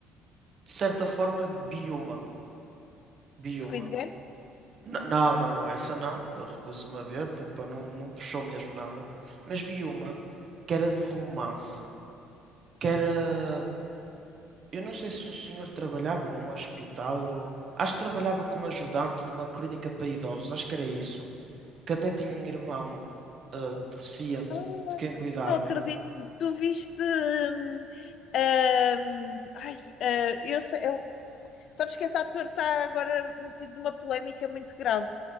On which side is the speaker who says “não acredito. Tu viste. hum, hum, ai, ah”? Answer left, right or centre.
Left